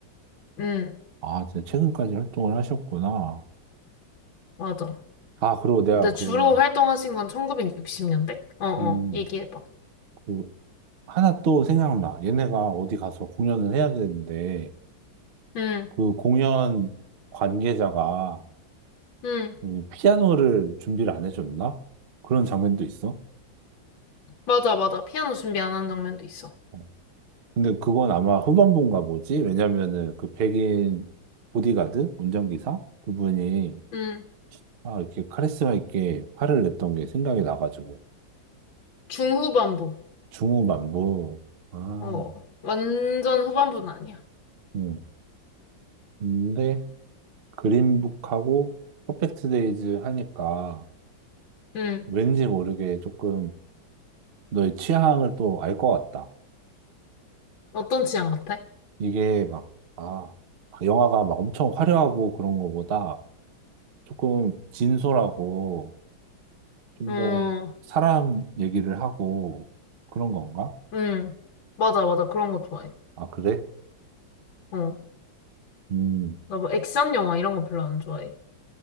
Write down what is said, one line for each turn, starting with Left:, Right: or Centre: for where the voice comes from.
Left: 응,
Right: 아, 진짜 최근까지 활동을 하셨구나.
Left: 맞아.
Right: 아, 그리고 내가
Left: 근데
Right: 그,
Left: 주로 활동하신 건 1960년대? 어 어,
Right: 음,
Left: 얘기해봐.
Right: 그, 하나 또 생각나. 얘네가 어디 가서 공연을 해야 되는데,
Left: 응,
Right: 그 공연 관계자가
Left: 응.
Right: 이 피아노를 준비를 안 해줬나? 그런 장면도 있어.
Left: 맞아, 맞아. 피아노 준비 안 한 장면도 있어.
Right: 어. 근데 그건 아마 후반부인가 보지? 왜냐면은 그 백인 보디가드? 운전기사? 그분이
Left: 응.
Right: 아, 이렇게 카리스마 있게 화를 냈던 게 생각이 나가지고.
Left: 중후반부.
Right: 중후반부. 아,
Left: 어, 완전 후반부는 아니야.
Right: 음. 근데, 그린북하고 퍼펙트 데이즈 하니까
Left: 응.
Right: 왠지 모르게 조금 너의 취향을 또 알 것 같다.
Left: 어떤 취향 같아?
Right: 이게 막, 아, 영화가 막 엄청 화려하고 그런 거보다 조금 진솔하고 좀
Left: 어,
Right: 더 사람 얘기를 하고 그런 건가?
Left: 응. 맞아, 맞아. 그런 거 좋아해.
Right: 아, 그래?
Left: 어.
Right: 음,
Left: 나 뭐 액션 영화 이런 거 별로 안 좋아해.